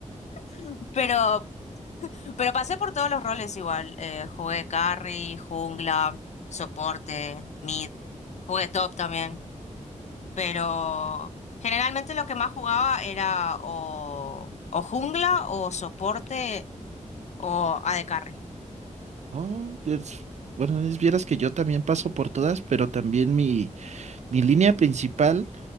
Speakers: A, on the left; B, on the right.
A: <laughs> Pero, pero pasé por todos los roles igual. Eh, jugué carry, jungla, soporte, mid. Jugué top también. Pero generalmente lo que más jugaba era o, o jungla o soporte o a AD carry.
B: Oh, pues, bueno, es vieras que yo también paso por todas, pero también mi, mi línea principal,